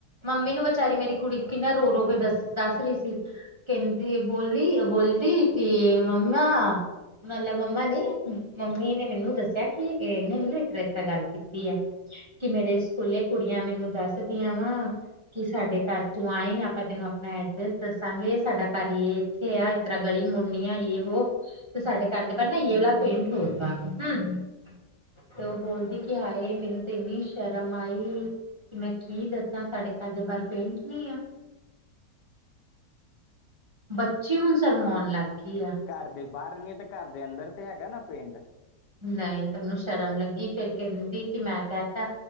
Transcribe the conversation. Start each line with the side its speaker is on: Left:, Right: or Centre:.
Right: ਮੰਮੀ ਨੂੰ ਵਿਚਾਰੀ ਮੇਰੀ ਕੁੜੀ ਕਿੰਨਾ ਰੋ, ਰੋ ਕੇ ਦੱਸ ਦੱਸ ਰਹੀ ਸੀ। ਕਹਿੰਦੀ, ਬੋਲੀ ਬੋਲਦੀ ਕਿ ਮੰਮਮਾ। ਮਤਲਬ ਮੰਮਾ ਨੇ, ਮੰਮੀ ਨੇ ਮੈਨੂੰ ਦੱਸਿਆ ਕਿ ਇਹਨੇ ਮੈਨੂੰ ਇਸ ਤਰ ਇਸ ਤਰ੍ਹਾਂ ਗੱਲ ਕੀਤੀ ਆ। ਕਿ ਮੇਰੇ ਸਕੂਲੇ ਕੁੜੀਆਂ ਮੈਨੂੰ ਦੱਸਦੀਆਂ ਵਾ ਕਿ ਸਾਡੇ ਘਰ ਤੂੰ ਆਈ, ਆਪਾਂ ਤੈਨੂੰ ਆਪਣਾਂ ਐਡਰੈਸ ਦੱਸਾਂਗੇ, ਸਾਡਾ ਘਰ ਯ ਇੱਥੇ ਆ, ਇਸ ਤਰ੍ਹਾਂ ਗਲ਼ੀ ਮੁੱੜਨੀ ਆ ਯੇ ਉਹ ਤੇ ਸਾਡੇ ਘਰ ਦੇ
Left: ਹੂੰ
Right: ਬਾਰ ਨਾ ਇਹ ਵਾਲਾ ਪੇਂਟ ਹੋਊਗਾ, ਹਮ। ਤੇ ਉਹ ਬੋਲਦੀ ਕਿ ਹਾਏ, ਮੈਨੂੰ ਤੇ ਇੰਨੀ ਸ਼ਰਮ ਆਈ। ਮੈਂ ਕੀ ਦੱਸਾਂ ਸਾਡੇ ਘਰ ਦੇ ਬਾਹਰ, ਪੇਂਟ ਬੱਚੀ, ਹੁਣ ਸ਼ਰਮਾਉਣ ਲੱਗ ਗਈ ਆਂ।
Left: ਘਰ ਦੇ ਬਾਹਰ ਨੀ ਤੇ ਘਰ ਦੇ ਅੰਦਰ ਤੇ ਹੈਗਾ ਨਾ ਪੇਂਟ।
Right: ਨਹੀਂ, ਤ ਉਹਨੂੰ ਸ਼ਰਮ ਲੱਗੀ ਫੇਰ ਕਹਿੰਦੀ ਕਿ ਮੈਂ ਕਹਿ ਤਾਂ